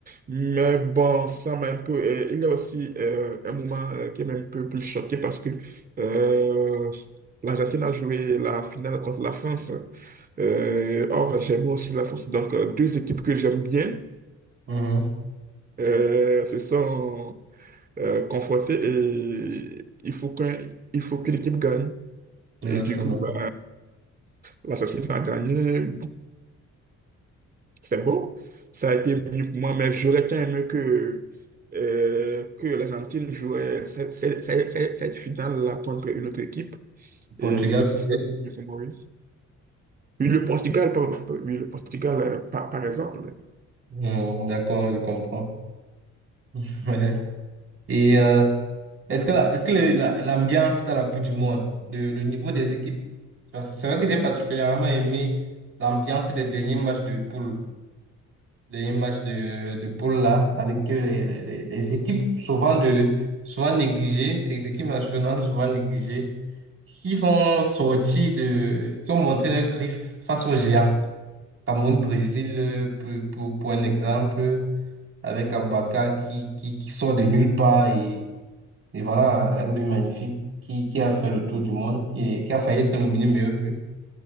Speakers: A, on the right (about 30°); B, on the right (about 45°).
A: mais bon, ça m'a un peu... euh, il y a aussi euh, un moment euh, qui m'a un peu plus choqué parce que euh, l'Argentine a joué la finale contre la France. Euh, or, j'aime aussi la France. Donc, euh, deux équipes que j'aime bien
B: Mhm.
A: euh, se sont euh, confrontées et il faut qu'un, il faut que l'équipe gagne. Et
B: Exactement.
A: du coup, bah, l'Argentine a gagné. C'est beau. Ça a été mieux pour moi, mais j'aurais tant aimé que, euh, que l'Argentine jouait cette, cette- cette- cette- cette finale-là contre une autre équipe.
B: Portugal,
A: Et ce
B: peut-être.
A: serait mieux pour moi, oui. Oui, le Portugal, par, oui, le Portugal, euh, par, par exemple.
B: Mhm, D'accord, je comprends. <laughs> Ouais. Et euh, est-ce que, la- est-ce que le- la- l'ambiance dans la Coupe du Monde, le, le niveau des équipes, parce que c'est vrai que j'ai particulièrement aimé l'ambiance des derniers matchs de poule. dernier match de, de boule là, avec euh, les, les- les- les équipes souvent, de, souvent négligées, les équipes nationales souvent négligées, qui sont sorties de, qui ont montré leurs griffes face aux géants. Cameroun, Brésil, euh, pour, pour, pour un exemple, avec Abaka qui, qui, qui sort de nulle part et, et voilà, un but magnifique qui, qui a fait le tour du monde, qui, qui a failli être nominé meilleur but.